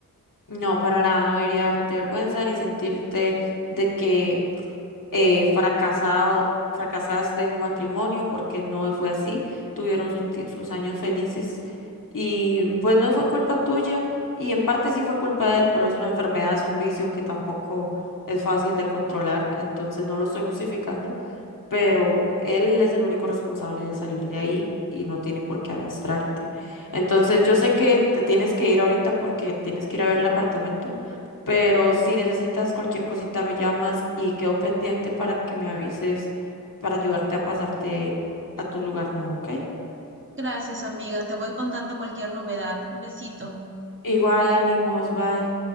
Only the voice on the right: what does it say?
Gracias, amiga. Te voy contando cualquier novedad. Un besito.